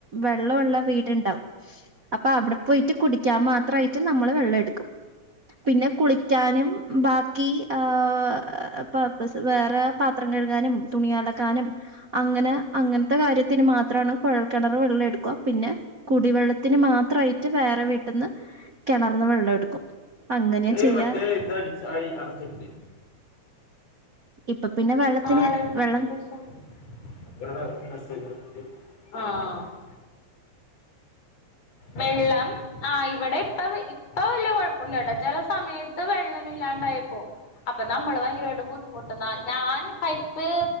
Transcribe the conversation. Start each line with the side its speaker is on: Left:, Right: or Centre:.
Right: വെള്ളമുള്ള വീടുണ്ടാവും അപ്പൊ അവിടെ പോയിട്ട് കുടിക്കാൻ മാത്രമായി നമ്മൾ വെള്ളം എടുക്കും പിന്നെ കുളിക്കാനും ബാത്‌റൂമിൽ കി ആഹ് പർപ്പസ് വേറെ പാത്രം കഴുകാനും തുണി അലക്കാനും അങ്ങനെ അങ്ങനത്തെ കാര്യത്തിന് മാത്രാണ് കുഴൽ കിണർ വെള്ളം എടുക്കുവ പിന്നെ കുടിവെള്ളത്തിന് മാത്രയിട്ട് വേറെ വീട്ട്ന്ന് കിണർന്ന് വെള്ളം എടുക്കും അങ്ങനെയാ
Left: എടീ
Right: ചെയ്യാറ്
Left: ഇ മറ്റേ ഇത് അടച്ചാടി <unintelligible>
Right: ഇപ്പൊ പിന്നെ വെള്ളത്തിന്
Left: ആള് <unintelligible>
Right: വെള്ളം
Left: ആഹ് <unintelligible> വെള്ളം ആഹ് ഇവിടെ ഇപ്പ ഇപ്പ വല്യ കുഴപ്പില്ലട ചില സമയത്ത് വെള്ളമില്ലാണ്ടായപ്പോ അപ്പൊ നമ്മള് ഭയങ്കരമായിട്ട് ബുദ്ധിമുട്ടുന്നാ ഞാൻ പൈപ്പ്